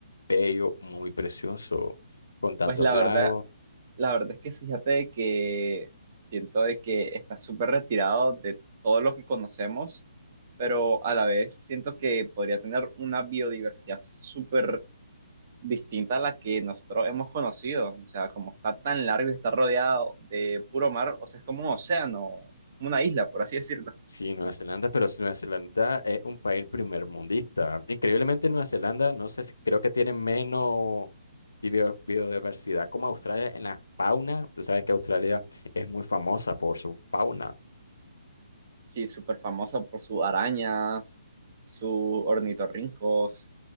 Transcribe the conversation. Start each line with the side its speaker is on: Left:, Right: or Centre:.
Left: bello, muy precioso, con tantos
Right: Pues la
Left: lagos.
Right: verdad, la verdad es que fíjate de que siento de que está súper retirado de todo lo que conocemos, pero a la vez siento que podría tener una biodiversidad súper distinta a la que nosotros hemos conocido. O sea, como está tan largo y está rodeado de puro mar, o sea, es como un océano, una isla, por así decirlo.
Left: Sí, Nueva Zelanda, pero si Nueva Zelanda es un país primermundista. Increíblemente, Nueva Zelanda, no sé, si- creo que tiene menos de bio- biodiversidad como Australia en la fauna. Tú sabes que Australia es muy famosa por su fauna.
Right: Sí, súper famosa por sus arañas, sus ornitorrincos,